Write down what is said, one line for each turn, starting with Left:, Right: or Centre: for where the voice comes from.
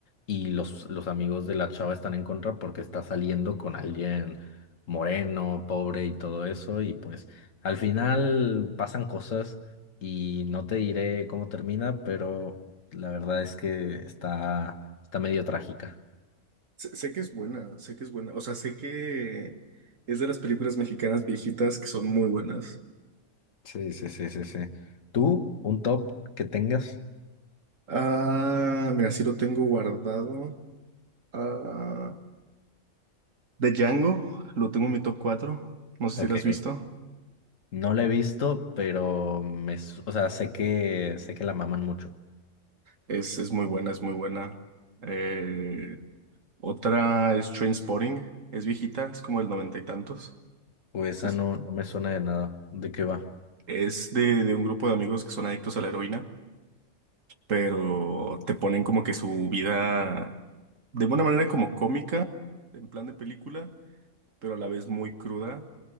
Left: y los, los amigos de la chava están en contra porque está saliendo con alguien moreno, pobre y todo eso. Y pues al final pasan cosas y no te diré cómo termina, pero... La verdad es que está, está medio trágica.
Right: Sé, sé que es buena, sé que es buena. O sea, sé que es de las películas mexicanas viejitas que son muy buenas.
Left: Sí, sí, sí, sí, sí. ¿Tú un top que tengas?
Right: Ah, mira, sí lo tengo guardado. Ah, de Django, lo tengo en mi top 4. No sé
Left: Ok.
Right: si lo has visto.
Left: No la he visto, pero me, su- o sea, sé que, sé que la maman mucho.
Right: Es, es muy buena, es muy buena. Eh, otra es Trainspotting. Es viejita, es como del noventa y tantos.
Left: O esa
Right: Esa es,
Left: no, no me suena de nada. ¿De qué va?
Right: Es de, de un grupo de amigos que son adictos a la heroína, pero te ponen como que su vida de una manera como cómica, en plan de película, pero a la vez muy cruda.